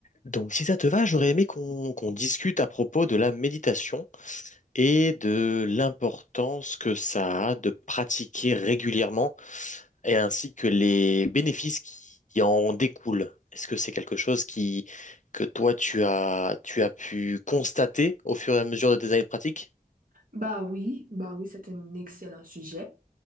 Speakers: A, on the left (about 55°); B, on the right (about 65°).
A: Donc, si ça te va, j'aurais aimé qu'on qu'on discute à propos de la méditation et de l'importance que ça a de pratiquer régulièrement et ainsi que les bénéfices qui, qui en découlent. Est-ce que c'est quelque chose qui, que toi, tu as, tu as pu constater au fur et à mesure de tes années de pratique?
B: Bah oui, bah oui, c'est un excellent sujet,